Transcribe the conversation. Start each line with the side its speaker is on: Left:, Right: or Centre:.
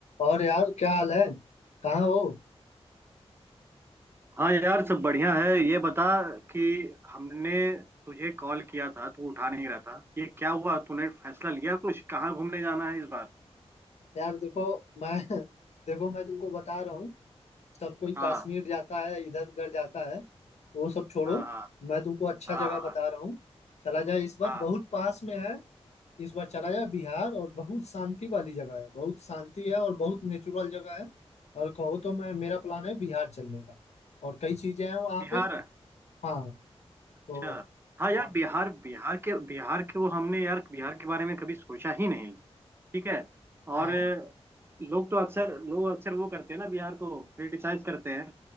Left: और यार क्या हाल है कहाँ हो
Right: हाँ यार सब बढ़िया है ये बता कि हमने तुझे कॉल किया था तू उठा नहीं रहा था ये क्या हुआ तूने फैसला लिया कुछ कहाँ घूमने जाना है इस बार
Left: यार देखो मैं <laughs> देखो मैं तुमको बता रहा हूँ सब कोई
Right: हाँ
Left: कश्मीर जाता है इधर उधर जाता है वो सब छोड़ो
Right: हाँ हाँ
Left: मैं तुमको अच्छा
Right: हाँ
Left: जगह
Right: हाँ
Left: बता रहा हूँ चला जाए इस बार
Right: हाँ
Left: बहुत पास में है इस बार चला जाए बिहार और बहुत शांति वाली जगह है बहुत शांति है और बहुत नेचुरल जगह है और कहो तो मैं मेरा प्लान है बिहार चलने का और कई चीजें हैं वहाँ
Right: बिहार
Left: पे हाँ
Right: अच्छा
Left: तो
Right: हाँ यार
Left: हाँ
Right: बिहार बिहार के बिहार के वो हमने यार बिहार के बारे में कभी सोचा ही नहीं ठीक है
Left: हाँ
Right: और लोग तो अक्सर लोग अक्सर वो करते हैं ना बिहार को क्रिटिसाइज करते हैं